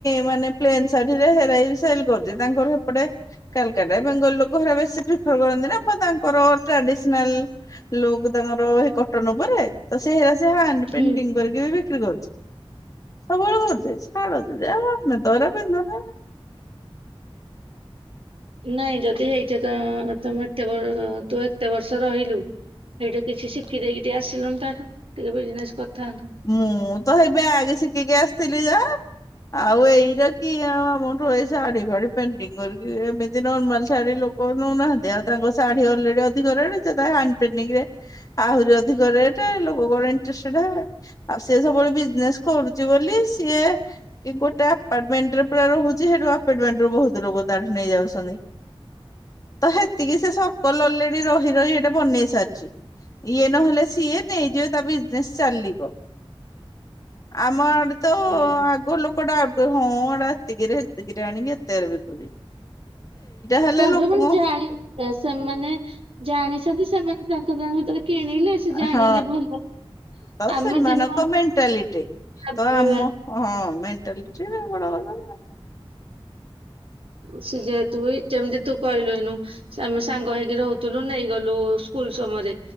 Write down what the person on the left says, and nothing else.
ମାନେ ପ୍ଲେନ୍ ଶାଢୀରେ ହେରାବି ସେଲ କରୁଚି। ତାଙ୍କର ହେପଟେ କାଲକାଟା ବେଙ୍ଗଲ ଲୋକ ହେରା ବେଶୀ ପ୍ରିଫର କରନ୍ତି ନା। ପ ତାଙ୍କର ଟ୍ରାଡିସ ନାଲ ଲୁକ୍ ତାଙ୍କର ହେଇ କଟନ ଉପରେ। ତ ସେ ହେରା ସେ ହେଣ୍ଡ ପେଣ୍ଟିଂ
କରିକି ବି ବି ବିକ୍ରି କରୁଚି। ସବୁବେଳେ ହରୁଚି <unintelligible> ଆମେ ତ ହେଡା ପିନ୍ଧୁନେ।
ମୁଁ ତ ହେଇ ବ୍ୟାଗ ଶିଖିକି ଆସିଥିଲି ଯା। ଆଉ ଏଇଟା କି ଆଉ ଆମଠୁ ଏ ଶାଢୀ ଫାଢି ପେଣ୍ଟିଙ୍ଗ କରିକି, ଏମିତି ନର୍ମାଲ ଶାଢୀ ଲୋ କଉ ନଉନାହାନ୍ତି। ଆଉ ତାଙ୍କ ଶାଢୀ ଅଲରେଡି ଅଧିକ ରେଟ। ସେ ତା ହଣ୍ଡ ପେଣ୍ଟିଂରେ ଆହୁରି ଅଧିକ ରେଟେ ଲୋକ କଣ ଇଣ୍ଟରେଷ୍ଟଟେଡ ହେବେ। ଆଉ ସିଏ ସବୁବେଳେ ବିଜନେସ କରୁଚି ବୋଲି, ସିଏ କି ଗୋଟେ ଆପାର୍ଟମେଣ୍ଟରେ ପୁରା ରହୁଚି। ସେଠୁ ଆପାର୍ଟମେଣ୍ଟ ରୁ ବହୁତ ଲୋକ ତାଠୁ ନେଇ ଯାଉଛନ୍ତି। ତ ହେତିକି ସେ ସରକଲ୍ ଅଲେଡି ରହି ରହି ହେ ଟା ବନେଇ ସାରିଚି। ଇଏ ନହେଲେ ସିଏ ନେଇଯିବେ ତା ବିଜନେସ ଚାଲିବ। ଆମ ଆଡେ ତ
ଆଗର ଲୋକଟା ଏବେ ହଁ ଏଟା ଏତିକି ରେ ଏତିକି ଆଣିକି ଏତିକି ରେ ବିକୁଛି। ହେଲା
ଲୋକଙ୍କ
ହଁ,
ତ
ସେମାନଙ୍କ
ମେଣ୍ଟାଲିଟି
ତ ଆମ ହଁ ମେଣ୍ଟାଲିଟି ଆଉ <unintelligible>